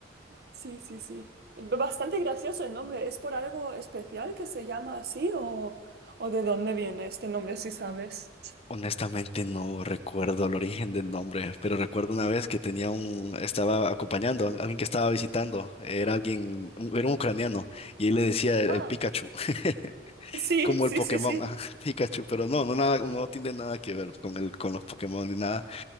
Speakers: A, on the right; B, on the left.
A: Sí, sí, sí. Bastante gracioso el nombre. ¿Es por algo especial que se llama así o, o de dónde viene este nombre, si sabes?
B: Honestamente no recuerdo el origen del nombre, pero recuerdo una vez que tenía un, estaba acompañando a alguien que estaba visitando, era alguien, un- era un ucraniano, y él le decía el,
A: Ah,
B: el Pikachu, <laughs>
A: sí,
B: como
A: sí,
B: el Pokémon,
A: sí, sí.
B: ajá, <laughs> Pikachu, pero no, no nada, no tiene nada que ver con el, con los Pokémon ni nada.